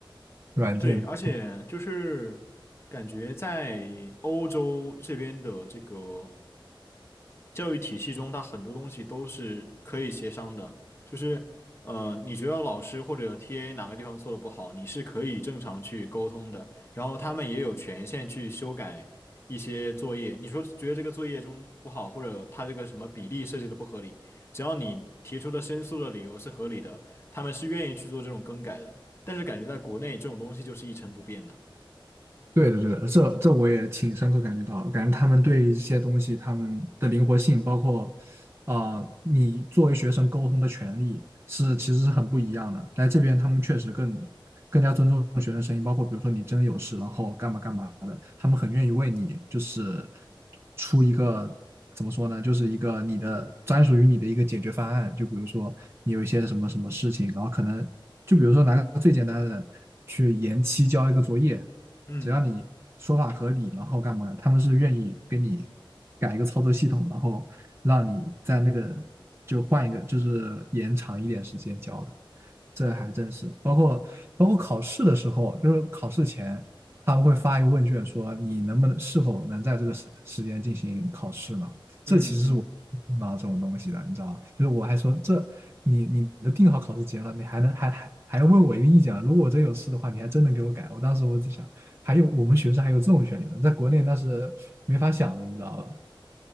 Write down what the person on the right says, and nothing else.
软件
对的，对的，这这我也挺深刻感觉到的感觉他们对一些东西他们的灵活性，包括啊、呃你作为学生沟通的权利是其实是很不一样的。来这边他们确实更更加尊重学生声音，包括比如说你真的有事，然后干嘛干嘛的，他们很愿意为你就是出一个怎么说呢，就是一个你的专属于你的一个解决方案。就比如说你有一些什么什么事情，然后可能就比如说拿个最简单的去延期交一个作业。
只要你说法合理，然后干嘛，他们是愿意给你改一个操作系统，然后让你在那个就换一个，就是延长一点时间交的。这还真是，包括包括考试的时候，就是考试前他们会发一个问卷，说你能不能是否能在这个时时间进行考试嘛？这其实是我不到这种东西的，
你知道吗？就是我还说这你你都定好考试节了，你还能还还还要问我一个意见啊？如果我真有事的话，你还真能给我改？我当时我就想，还有我们学生还有这种权利吗？在国内那是没法想的，你知道吧？